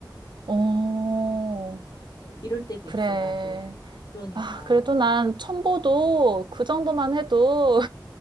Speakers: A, on the right; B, on the left.
A: 어,
B: 이럴 때도
A: 그래.
B: 있어, 나도. 그러니까.
A: 아, 그래도 난 천보도 그 정도만 해도